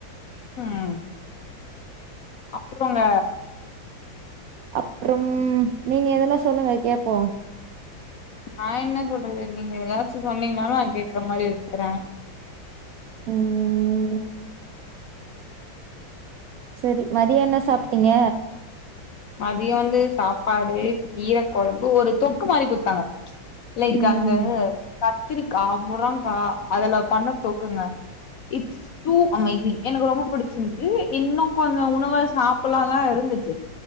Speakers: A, on the left; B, on the right.
A: ம் அப்றோங்க
B: அப்றம் நீங்க எதனா சொல்லுங்க கேப்போ
A: நா என்ன சொல்றது நீங்க ஏதாச்சு சொன்னீங்ன்னாலு நா கேக்குற மாரி இருக்கற
B: ம் செரி மதிய என்ன சாப்ட்டீங்க
A: மதியோ வந்து சாப்பாடு கீரக்கொழம்பு ஒரு தொக்கு மாரி குத்தாங்க லைக்
B: ம்
A: அ ந்த கத்திரிக்கா முறங்கா அதுல பண்ண தொக்குங்க இட்ஸ் டூ அமைசிங் எனக்கு ரொம்ப புடிச்சிந்து இன்னு கொஞ்சோ உணவ சாப்பட்ல்லா தா இருந்துச்சு